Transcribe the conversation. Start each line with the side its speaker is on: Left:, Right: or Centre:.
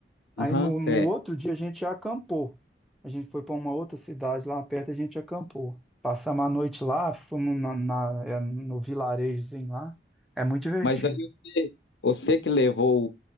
Centre: Aí
Left: Aham,
Centre: no,
Left: certo.
Centre: no outro dia a gente acampou. A gente foi para uma outra cidade lá perto, a gente acampou. Passamos a noite lá, fomos na, na- é, no vilarejozinho lá. É muito divertido.
Left: Mas aí você, você que levou